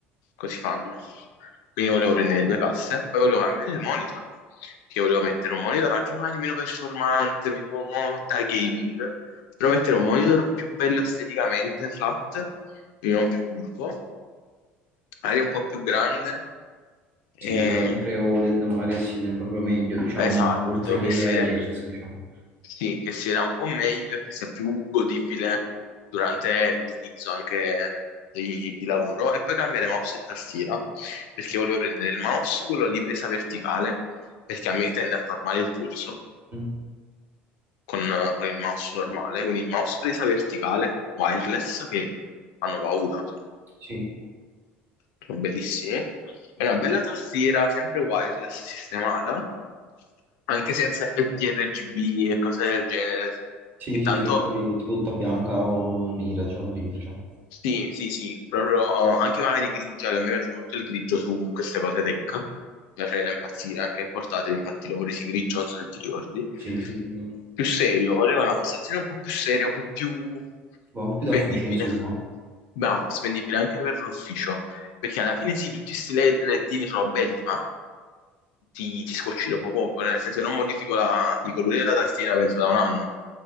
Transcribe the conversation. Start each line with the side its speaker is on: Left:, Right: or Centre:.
Left: così fanno. Quindi volevo prendere due casse, poi volevo cambiare il monitor, perché volevo mettere un monitor anche magari meno performante, meno da gaming, però mettere un monitor più bello esteticamente, flat, quindi non più curvo, magari un po' più grande, e...
Right: Sì, eh, sempre OLED magari si vede proprio meglio, diciamo,
Left: esatto,
Right: oltre che
Left: che si
Right: a
Left: vede
Right: Hertz, diciamo.
Left: Sì, che sia un po' meglio e che sia più godibile durante l'utilizzo anche di, di lavoro. E poi cambiare mouse e tastiera, perché volevo prendere il mouse, quello lì presa verticale, perché a me tende a far male il polso
Right: Mm.
Left: con, con il mouse normale. Quindi il mouse presa verticale, wireless, che fanno paura,
Right: Sì,
Left: sono bellissimi. E una bella tastiera, sempre wireless sistemata, anche senza FTRGB e cose del genere,
Right: sì,
Left: che
Right: sì,
Left: tanto
Right: sì, ho capito, tipo tutta bianca o nera, diciamo semplice.
Left: Sì, sì, sì, proprio oh, anche magari grigia, che mi piace molto il grigio su queste cose tech. Mi piace impazzire, anche il portatile, infatti l'ho presi grigio, non so se ti ricordi.
Right: Sì, sì, sì, mi ricordo.
Left: Più serio, voleva una postazione un po' più seria, un po' più
Right: Ma un po' più da
Left: spendibile.
Right: ufficio, insomma.
Left: Ma spendibile anche per l'ufficio, perché alla fine sì, tutti questi LED, ledini sono belli, ma ti, ti scocci dopo poco, nel senso che non modifico la- i colori della tastiera, penso da un anno.